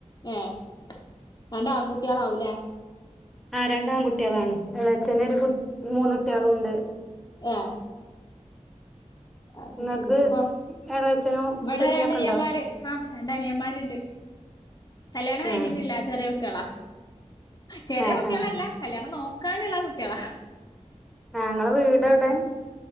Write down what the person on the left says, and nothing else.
ഏഹ് രണ്ട് ആൺകുട്ടികളാവൂലേ?
ഏ അത്
ശെരി ഇനിപ്പം
ഇവിടെ
രണ്ടനിയന്മാര്
ആ രണ്ട് അനിയന്മാര്ണ്ട് കല്യാണം കഴിഞ്ഞിട്ടില്ല
ചെറിയ കുട്ടികളാ ചെറിയ
കുട്ടികളല്ല
കല്യാണം നോക്കാനുള്ള കുട്ടികളാ